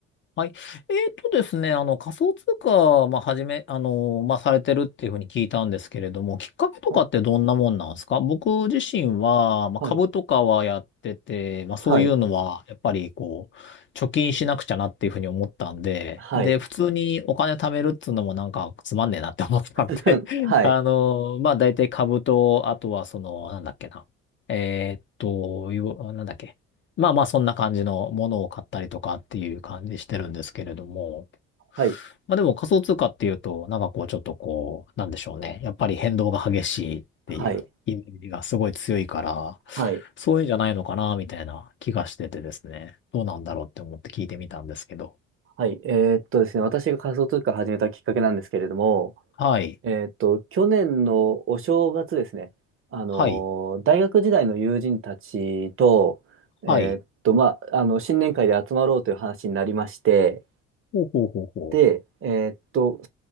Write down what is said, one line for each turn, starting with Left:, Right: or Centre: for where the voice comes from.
Left: はい。えーとですね、あの、仮想通貨、まあ、はじめ、あの、まあ、されてるっていうふうに聞いたんですけれども、きっかけとかってどんなもんなんですか僕自身は、
Right: はい。
Left: まあ、
Right: はい。
Left: 株とかはやってて、まあ、
Right: はい。
Left: そういうのは、やっぱり、こう、貯金しなくちゃなっていうふうに思ったんで、
Right: はい。
Left: で、普通にお金貯めるっつうのもなんかつまんねえなって思ったんで
Right: <laughs> はい。
Left: <laughs> あの、まあ、大体株と、あとは、その、なんだっけな。えーっと、よなんだっけ。まあまあ、そんな感じのものを買ったりとかっていう感じしてるんですけれども。
Right: はい。
Left: まあでも仮想通貨っていうと、なんかこうちょっとこう、なんでしょうね。やっぱり変動が激しいっていうイメージがすごい強いから、
Right: はい。はい。
Left: そういうんじゃないのかな、みたいな気がしててですね。どうなんだろうって思って聞いてみたんですけど。
Right: はいえーっとですね、私が仮想通貨を始めたきっかけなんですけれども、
Left: はい。
Right: えーっと、去年のお正月ですね、あのー、
Left: はい。
Right: 大学時代の友人たちと、えーっと、
Left: はい。
Right: まあ、あの、新年会で集まろうという話になりまして、
Left: ほうほうほうほう。
Right: で、えーっと、